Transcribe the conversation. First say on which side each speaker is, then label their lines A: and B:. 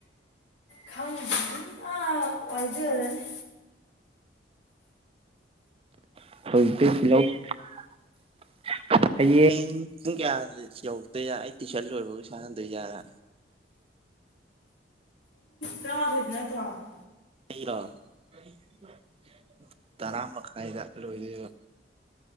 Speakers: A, on the left; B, on the right.
A: ꯈꯪꯗꯦꯗꯨꯅꯤ ꯑ꯫ ꯋꯥꯏꯖꯔꯅꯤ꯫
B: <unintelligible> ꯍꯌꯦꯡ ꯄꯨꯡ ꯀꯌꯥ ꯌꯧꯔꯛꯇꯣꯏꯖ ꯑꯩ ꯇꯨꯏꯁꯟ ꯂꯣꯏꯕꯒ ꯉꯥꯡꯗꯣꯏꯖꯥꯔ꯫
A: ꯇ꯭ꯔꯥꯃꯊꯣꯏꯗ ꯅꯠꯇ꯭ꯔꯣ꯫
B: ꯑꯩꯔꯣ <unintelligible> ꯇꯔꯥ ꯃꯈꯥꯏꯗ ꯂꯣꯏꯗꯣꯏꯕ꯫